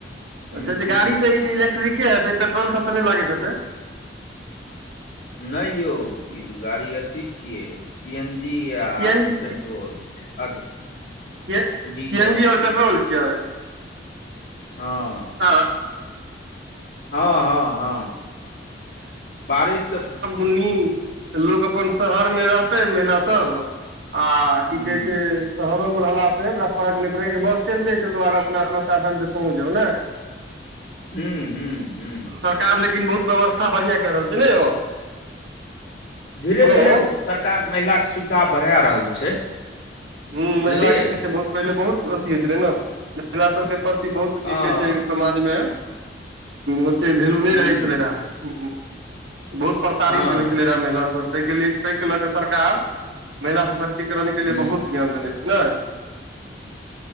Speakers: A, on the left; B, on the right.
A: हूँ
B: अच्छाऽ
A: हूँ
B: गाड़ी
A: हूँ
B: तऽ इलेक्ट्रिके हेतै पेट्रोलसभ तऽ नहि लागैत हेतै
A: नहि यौ ई तऽ गाड़ी अथी छियै सी एन जी आ
B: सी एन जी
A: पेट्रोल अथी
B: C A
A: diesel
B: C N G आओर पेट्रोल छियै
A: हँ
B: <unintelligible>
A: हँ हँ हँ बारिश तऽ
B: उन्नी त लोक अपन शहर मे रहतै महिला सब आ की
A: हूँ
B: कहै छै शहरो मे रहलास से ओकरा फक नहि पड़य बस चलते छै ओकर बाद अपना अपना साधन से पहुँच जाउ ने
A: हूँ हूँ हूँ
B: सरकार लेकिन बहुत व्यवस्था बढ़िआँ कए रहल छै नै यौ
A: धीरे
B: हेलो
A: धीरे
B: हूँ
A: सरकार महिलाके सुविधा बढ़ाए रहल छै
B: हूँ
A: बुझलियै
B: महिलाके पीछे बहुत पहिले बहुत अथी होइत छलै ने महिला सभके प्रति बहुत
A: अ
B: की कहै छै समाज मे ओत वै्लयू नहि
A: हूँ
B: रहै छलाह बहुत तारित
A: हँ
B: होइ छलै रह महिला सब ताहिके ताहि लऽ कऽ सरकार महिला सशक्तिकरण के
A: हूँ
B: लिए बहुत ध्यान छै ने आब